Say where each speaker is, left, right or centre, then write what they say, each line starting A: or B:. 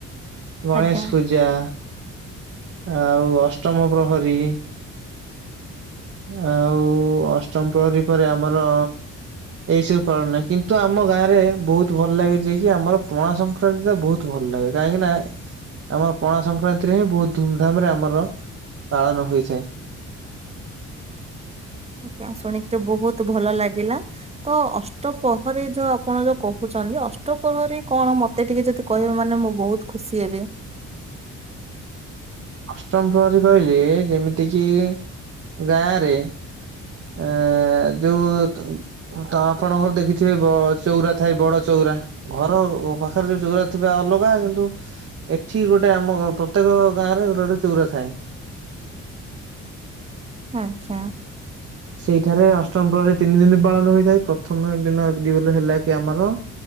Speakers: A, on the right (about 50°); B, on the right (about 20°).
A: ଗଣେଶ
B: ଆଜ୍ଞା।
A: ପୂଜା, ଆଉ ଅଷ୍ଟମ ପ୍ରହରୀ, ଆଉ ଅଷ୍ଟମ ପ୍ରହରୀ ପରେ ଆମର ଏଇ ସବୁ ପାଳନା କିନ୍ତୁ, ଆମ ଗାଁ ରେ ବହୁତ ଭଲ ଲାଗେ ଯୋଇ କିି ଆମର ପଣା ସଂକ୍ରାନ୍ତି ତ ବହୁତ ଭଲ ଭଲ ଲାଗେ କାହିଁକି ନା ଆମ ପଣା ସଂକ୍ରାନ୍ତିରେ ହିଁ ବହୁତ ଧୁମ୍ ଧାମ୍ ରେ ଆମର ପାଳନ ହୋଇଥାଏ।
B: ଆଜ୍ଞା ଶୁଣିକିରି ବହୁତ ଭଲ ଲାଗିଲା ତ ଅଷ୍ଟପହରୀ ଯୋଉ ଆପଣ ଯୋଉ କହୁଛନ୍ତି। ଅଷ୍ଟ ପହରୀ କଣ ମତେ ଟିକେ ଯଦି କହିବେ ମାନେ ମୁଁ ବହୁତ ଖୁସି ହେବି। <inaudible>
A: ଅଷ୍ଟମ ପ୍ରହରୀ କହିଲେ ଯେମିତି କିି ଗାଁରେ ଆଁ ଯୋଉ ତ ତ ଆପଣଙ୍କର ଦେଖିଥିବେ ଚଉରା ଥାଏ ବଡ ଚଉରା ଘର ପାଖରେ ଯୋଉ ଚଉରା ଥିବା ଅଲ ଲଗା କିନ୍ତୁ ଏଠି ଗୋଟେ ଆମ ପ୍ରତ୍ୟେକ ଗାଁରେ ଗୋଟେ ଗୋଟେ ଚଉରା ଥାଏ।
B: ଆଚ୍ଛା।
A: ସେଇଠାରେ ଅଷ୍ଟମ ପ୍ରହରି ତିନି ଦିନ ପାଳନ ହୋଇଥାଏ ପ୍ରଥମ ଦିନ ହେଲା କି ଆମର